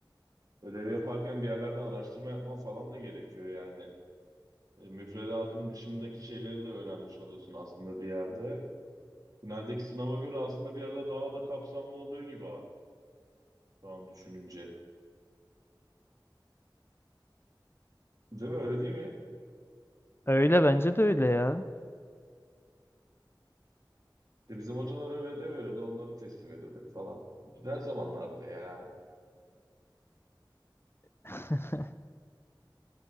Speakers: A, on the right (about 45°); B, on the left (about 30°).
A: ödev yaparken bir yerlerden araştırma yapman falan da gerekiyor yani. E, müfredatın dışındaki şeyleri de öğrenmiş oluyorsun aslında bir yerde. Finaldeki sınava göre aslında bir yerde daha da kapsamlı oluyor gibi ha, şu an düşününce. Değil mi? Öyle değil mi?
B: Öyle bence de öyle ya.
A: De bizim hocalar öyle de veriyordu. Onları teslim ediyorduk falan. Güzel zamanlardı ya.
B: <laughs>